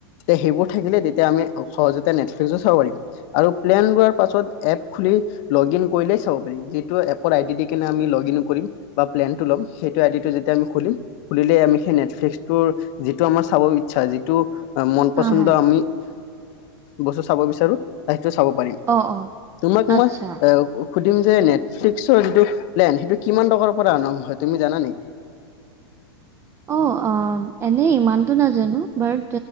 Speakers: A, on the left (about 45°); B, on the right (about 20°).
A: সেইবোৰ থাকিলে তেতিয়া আমি সহজতে নেটফ্লিক্সো চাব পাৰিম। আৰু প্লেন লোৱাৰ পাছত এপ খুলি। লগ ইন কৰিলেই চাব পাৰিম যিটো এপৰ আইডি দি কেনে আমি লগ ইন কৰিম। বা প্লেনটো ল'ম সেইটো আইডিটো যেতিয়া আমি খুলিম। খুলিলে আমি সেই নেটফ্লিক্সটোৰ যিটো আমাৰ চাব ইচ্ছা যিটো। মন পচন্দৰ
B: হা হা
A: আমি বস্তু চাব বিচাৰো সেইটো চাব পাৰিম।
B: অ', অ',
A: তোমাক
B: আচ্ছা।
A: মই এ সুধিম যে নেটফ্লিক্সৰ যিটো প্লেন সেইটো কিমান টকাৰ পৰা আৰম্ভ হয় তুমি জানা নেকি? <inaudible>
B: অ', অ' এনে ইমানতো নাজানো বাট